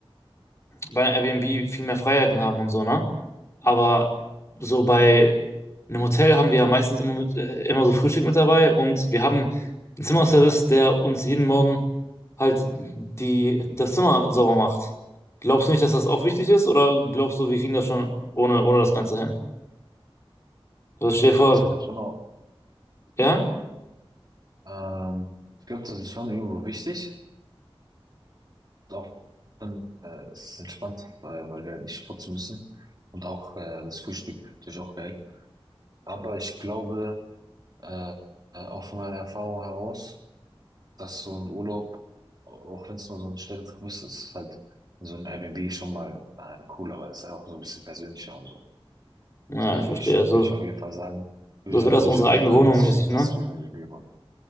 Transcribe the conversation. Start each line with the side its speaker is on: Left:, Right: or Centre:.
Left: bei einer Airbnb viel mehr Freiheiten haben und so, ne? Aber so bei einem Hotel haben wir ja meistens immer, mit, äh, immer so Frühstück mit dabei und wir haben einen Zimmerservice, der uns jeden Morgen halt die, das Zimmer sauber macht. Glaubst du nicht, dass das auch wichtig ist oder glaubst du, wir kriegen das schon ohne, ohne das Ganze hin? Also stell dir
Right: Ich
Left: vor,
Right: glaube, das ist schon,
Left: ja?
Right: Ähm, ich glaube, das ist schon irgendwo wichtig. Auch dann, äh, es ist entspannt, weil, weil wir halt nicht putzen müssen. Und auch äh, das Frühstück natürlich auch geil. Aber ich glaube, äh, äh, auch von meiner Erfahrung heraus, dass so ein Urlaub, au- auch wenn es nur so ein Städtetrip ist, ist halt in so einem Airbnb schon mal äh, cooler, weil es ist einfach so ein bisschen persönlicher und so.
Left: Ja,
Right: Deswegen
Left: ich verstehe.
Right: würde ich,
Left: Also,
Right: würde ich auf jeden Fall sagen, würde
Left: das
Right: ich,
Left: wäre
Right: auch- würde
Left: das unsere
Right: ich auf jeden
Left: eigene
Right: Fall sagen,
Left: Wohnung
Right: dass,
Left: mäßig, ne?
Right: dass wir in der WG waren.